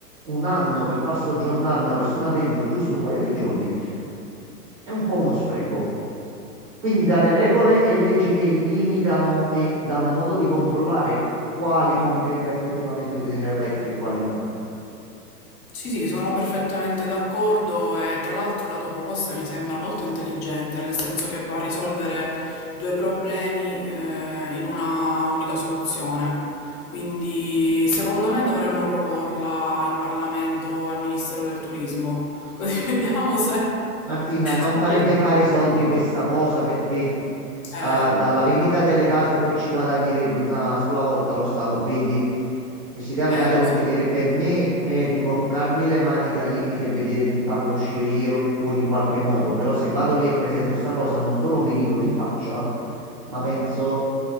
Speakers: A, on the right; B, on the left.
A: un anno per far soggiornare una persona dentro giusto un paio di giorni è un po' uno spreco. Quindi dare regole e leggi che limitano e danno modo di controllare quali convenga effettivamente tenere aperti e quali no.
B: Sì, sì, sono perfettamente d'accordo e tra l'altro la tua proposta mi sembra molto intelligente, nel senso che va a risolvere due problemi eh, in una unica soluzione. Quindi secondo me dovremmo proporla in Parlamento al Ministero del Turismo, così <laughs> vediamo se
A: Martina, non
B: succede.
A: farebbe fare soldi questa cosa perché eh,
B: Eh,
A: dalla vendita delle case poi ci guadagnerebbe una sola volta lo Stato, quindi questa idea me
B: eh,
A: la devo
B: lo so.
A: tenere per me e rimboccarmi le maniche al limite e vedere di farla uscire io fuori in qualche modo. Però se vado lì e presento sta cosa, non solo mi ridono in faccia, ma penso,